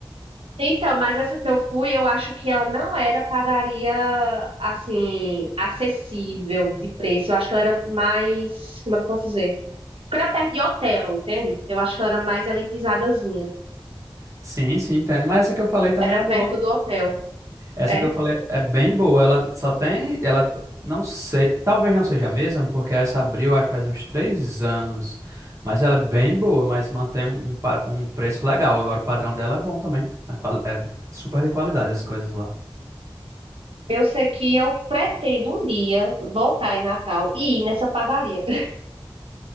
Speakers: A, on the right; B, on the right.
A: Então, mas essa que eu fui, eu acho que ela não era padaria, assim, acessível de preço. Eu acho que ela era mais, como é que eu posso dizer? Porque era perto de hotel, entende? Eu acho que ela era mais elitizadazinha.
B: Sim, sim, entendo. Mas essa que eu falei também
A: Era
B: é boa.
A: perto do hotel.
B: Essa
A: É.
B: que eu falei é bem boa. Ela só tem. Ela não sei. Talvez não seja a mesma, porque essa abriu, acho que faz uns três anos. Mas ela é bem boa, mas mantém um, um, pa- um preço legal. Agora o padrão dela é bom também. A qual É super de qualidade as coisas lá.
A: Eu sei que eu pretendo um dia voltar em Natal e ir nessa padaria. <laughs>